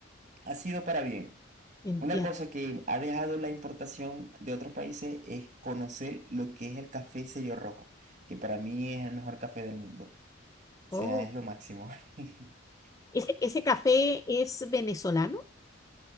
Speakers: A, on the right; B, on the left.
A: ha sido para bien.
B: entiendo.
A: Una cosa que ha dejado la importación de otros países es conocer lo que es el café sello rojo, que para mí es el mejor café del mundo. O sea,
B: Oh,
A: es lo máximo. <laughs>
B: ¿ese, ese café es venezolano?